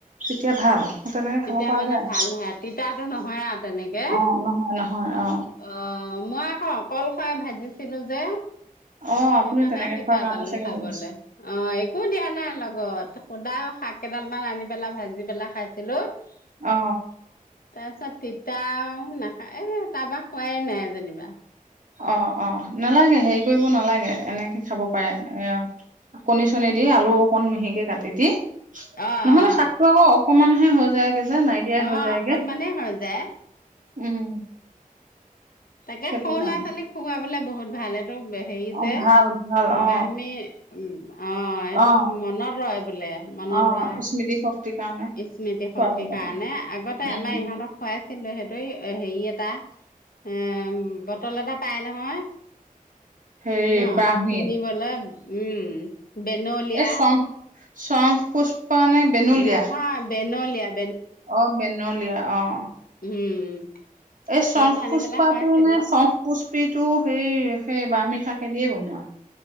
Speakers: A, on the right; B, on the left.
A: তেতিয়া ভাল তেনেকে খাব
B: তেতিয়া
A: পৰা
B: মানে
A: যায়
B: ভাল হয় আৰু তিতটো নহয় আৰু তেনেকে
A: অ নহয় নহয় অ
B: অ মই আকৌ অকলশাই ভাজিছিলো যে
A: অ আপুনি
B: সেইকাৰণে
A: তেনেকে
B: তিতা
A: খোৱাৰ কাৰণে
B: পালো
A: চাগে
B: খাবলে
A: ভাবিছে
B: অ', একো দিয়া নাই লগত সুদা শাক কেইডাল মান আনি পেলাই ভাজি পেলাই খাইছিলোঁ তাৰপিছত
A: অ
B: তিতাও না এ তাৰপা খোৱাই নাই যেনিবা।
A: অ', অ', নালাগে হেৰি কৰিব নালাগে এনেকে খাব পাৰে, এ আৰু কণী চনী দি আলু অকণ মিহিকে কাটি দি।
B: অ
A: নহলে
B: অ
A: শাকটো আকৌ অকমান হে হৈ যায় গে যে নাইকিয়া
B: অ
A: হৈ যায়গে
B: অকনমানেই হৈ যায়
A: উম,
B: তাকে
A: সেইটো
B: সৰু
A: কাৰণে
B: ল'ৰা ছোৱালীক খুৱাবলে বহুত ভাল আৰু হেৰিতে
A: অ ভাল ভাল অ
B: বা আমি উম অ', সেইটো
A: অ
B: মনত ৰয় বোলে মনত
A: অ',
B: ৰোৱা
A: স্মৃতি শক্তিৰ কাৰণে
B: স্মৃতি
A: খুৱাব
B: শক্তি সেই
A: লাগে।
B: কাৰণে আগতে
A: উম,
B: আমাৰ ইহঁতক খুৱাইছিলো সেইটো হেৰি এটা এ বটল এটা পাই নহয়।
A: হেৰি
B: ন'
A: ব্ৰাহ্মীৰ
B: কিনিবলে উম, বেনলীয়া
A: এই শং শংখ পুষ্পা নে? বেনুলীয়া?
B: নহৈ ব্ৰেনলীয়া।
A: অ', ব্ৰেনলীয়া অ',
B: উম,
A: এই চংখ
B: সেইটো আনি
A: পুষ্পাটো
B: পেলাই খুৱাইছিলো
A: নে চংখ পুষ্পিটো সেই-সেই ব্ৰাহমি শাক দিয়ে বনোৱা।